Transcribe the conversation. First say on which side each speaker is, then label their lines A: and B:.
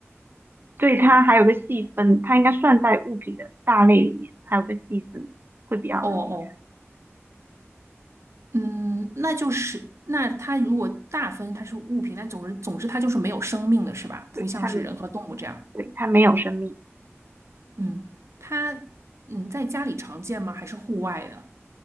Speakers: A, on the right; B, on the right.
A: 对，它还有个细分，它应该算在物品的大类里面，还有个细分会比较容易。
B: 哦嗯，那就是那它如果大分它是物品，那总之总之它就是没有生命的是吧？
A: 对，
B: 不像是人和动物这样。
A: 它们，对，它没有生命，
B: 嗯，它嗯在家里常见吗？还是户外的？